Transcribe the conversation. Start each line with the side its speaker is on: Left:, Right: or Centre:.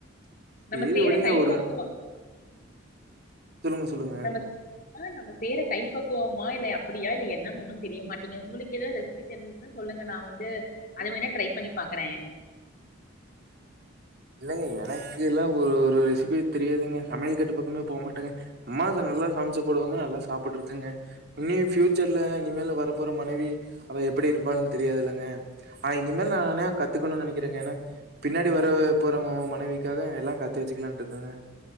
Left: நம்ம
Right: சேரி
Left: செய்ற
Right: விடுங்க
Left: கைப்பக்குவோ
Right: ஒரு ந- சொல்லுங்க சொல்லுங்க
Left: நம்ம <unintelligible> நம்ம செய்ற கை பக்குவமா இல்ல அப்புடியா இல்ல என்னன்னு ஒன்னு தெரிய மாட்டீங்க உங்களுக்கு ஏதாது ரெசிபி தெரிஞ்சுதுன்னா சொல்லுங்க நா வந்து அத வேணா ட்ரை பண்ணி பாக்குறே.
Right: இல்லங்க எனக்கு எல்லா ஒரு ஒரு ரெசிபி தெரியாதுங்க சமையல் கெட்டு பக்கமே போகமாட்டேங்க அம்மா நல்லா சமச்சு போடுவாங்க நல்லா சாப்ட்டு இருக்கேங்க இனியு ஃப்யூச்சர்ல இனிமேல வர போற மனைவி அவ எப்படி இருப்பான்ளனு தெரியாது இல்லங்க ஆ இனிமேல நானே கத்துக்கணுனு நெனைக்கிறேங்க ஏனா பின்னாடி வரப் ப்போற மொ மனைவிக்காக எல்லா கத்து வெச்சுக்கலானு இருக்கங்க.